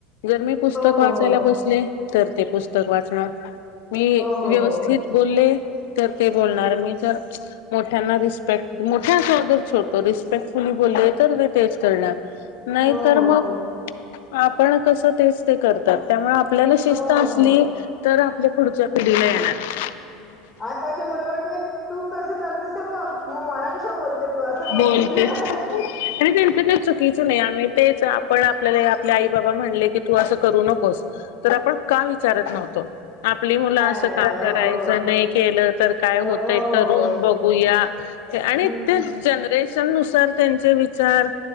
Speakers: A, on the left (about 75°); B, in the centre.
A: जर मी पुस्तक
B: हो,
A: वाचायला
B: हो, हो.
A: बसले तर, ते पुस्तक वाचणार मी
B: हो, हो,
A: व्यवस्थित.
B: हो.
A: बोले तर ते, बोलणार मी तर. मोठ्यांना रिस्पेक्ट मोठ्या जर, छोटो रिस्पेक्ट फुली बोले तर ते तेच करणार. नाही
B: हो,
A: तर
B: हो,
A: मग,
B: हो.
A: आपण कसं तेच ते करतात. त्यामुळे आपल्याला शिस्तं
B: हो, हो,
A: असली
B: हो.
A: तर, आपल्या पुढच्या पिढीला येणार.
B: आत्ताचं मुलं म्हणती. तू कसं करतेस बग. मग मला कशा बोलते, तू असं बोलते.
A: बोलतेच. आणि त्यांचं काही चुकीचं नाही. आणि तेच आपण आपल्याला आपल्या आई बाबा म्हणले, की तू असं करू नकोस. तर आपण का, विचारत नव्हतो. आपली मुलं
B: नाही,
A: असं
B: नाही,
A: का
B: नाही. हो,
A: करायचं
B: हो.
A: नाही, केलं तर काय
B: हो,
A: होतं.
B: हो,
A: ते करून
B: हो.
A: बघूया, आणि
B: हं,
A: ते
B: हं.
A: जनरेशन नुसार, त्यांचे विचार.